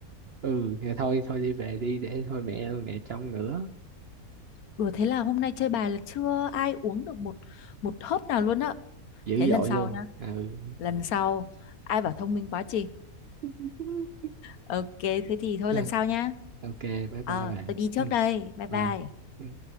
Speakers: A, on the right; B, on the left.
A: ừ thì thôi thôi đi về đi để thôi mẹ mẹ trông nữa
B: Đùa thế là hôm nay chơi bài là chưa ai uống được một một hớp nào luôn á.
A: dữ
B: Thế lần
A: dội
B: sau
A: luôn
B: nhá,
A: ừ
B: lần sau ai bảo thông minh quá chị.
A: <laughs>
B: Ok, thế thì thôi
A: Rồi,
B: lần sau nhá.
A: ok bye bye
B: Ờ,
A: bà
B: tôi đi trước
A: ừ,
B: đây. Bye bye.
A: bye Ừ.